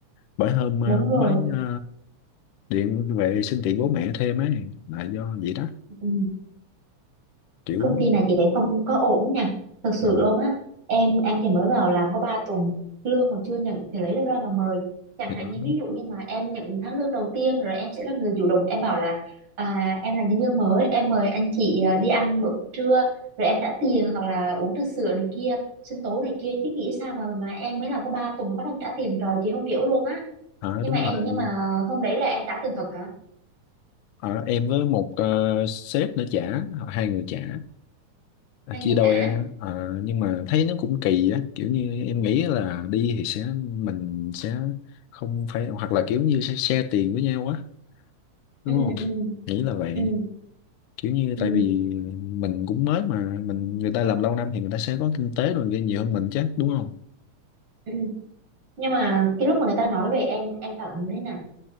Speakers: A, on the left; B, on the right.
A: bởi hôm ờ,
B: đúng
A: mới
B: rồi
A: ờ, điện về xin tiền bố mẹ thêm ấy là do vậy đó
B: ừ
A: kiểu
B: Cái công ty này chị thấy không có ổn nha thật sự
A: ờ,
B: luôn á em em chỉ mới vào làm có 3 tuần lương còn chưa nhận thì lấy đâu ra mà mời chẳng
A: thì
B: hạn
A: đó
B: như ví dụ như mà em nhận tháng lương đầu tiên rồi em sẽ là người chủ động em bảo là à, em là nhân viên mới em mời anh chị à, đi ăn bữa cơm trưa rồi em trả tiền hoặc là uống trà sữa này kia sinh tố này kia chứ nghĩ sao mà mà em mới làm có 3 tuần mà bắt em trả tiền rồi chị không hiểu luôn á
A: Ờ,
B: nhưng
A: đúng
B: mà em
A: rồi
B: nhưng mà hôm đấy là em trả tiền thật hả
A: Ờ, em với một ờ, sếp nữa trả hai người trả À,
B: hay
A: chia
B: người
A: đôi
B: trả
A: á. Ờ, nhưng mà thấy nó cũng kỳ á kiểu như em nghĩ là đi thì sẽ mình sẽ không phải hoặc là kiểu như sẽ share tiền với nhau á đúng
B: ừ
A: không
B: ừ
A: nghĩ là vậy
B: ừ
A: kiểu như
B: ừ
A: tại vì mình cũng mới mà mình người ta làm lâu năm thì người ta sẽ có kinh tế rồi kia nhiều hơn mình chứ đúng không
B: ừ ừ. nhưng mà cái lúc mà người ta nói về em em cảm thấy thế nào